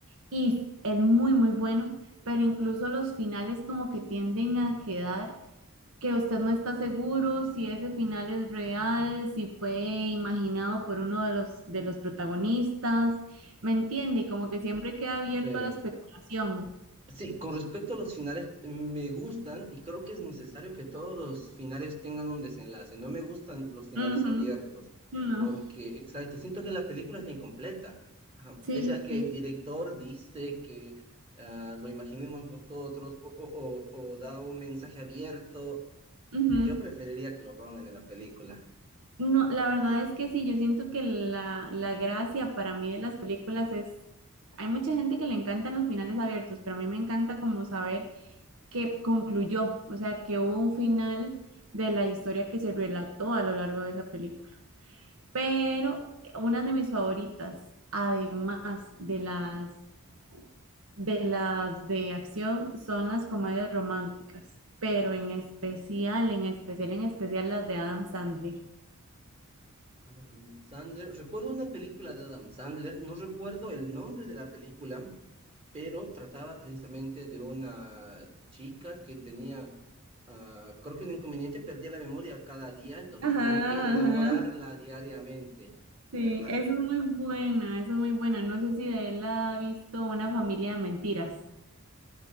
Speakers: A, on the right; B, on the right.
A: y es muy, muy bueno, pero incluso los finales como que tienden a quedar que usted no está seguro si ese final es real, si fue imaginado por uno de los, de los protagonistas, ¿me entiende? Y como que siempre queda abierto
B: Sí.
A: a la especulación.
B: Sí, con respecto a los finales, me gustan y creo que es necesario que todos los finales tengan un desenlace. No me gustan los finales
A: Ujú,
B: abiertos,
A: No,
B: porque, exacto, siento que la película está incompleta. Ajá,
A: sí,
B: Pese a que
A: sí.
B: el director dice que ah, lo imaginemos nosotros o, o- o- o da un mensaje abierto,
A: ujú.
B: yo preferiría que lo pongan en la película.
A: No, la verdad es que sí, yo siento que la, la gracia para mí de las películas es, hay mucha gente que le encantan los finales abiertos, pero a mí me encanta como saber que concluyó, o sea, que hubo un final de la historia que se relató a lo largo de esa película. Pero una de mis favoritas, además de las de las de acción, son las comedias románticas, pero en especial, en especial, en especial las de Adam Sandler.
B: Adam Sandler, recuerdo una película de Adam Sandler, no recuerdo el nombre de la película, pero trataba precisamente de una chica que tenía, ah, creo que un inconveniente, perdía la memoria cada día, entonces
A: Ajá,
B: tenía que enamorarla
A: ajá.
B: diariamente, ¿verdad?
A: Sí, Esa es. es muy buena, esa es muy buena. No sé si de él ha visto Una familia de mentiras.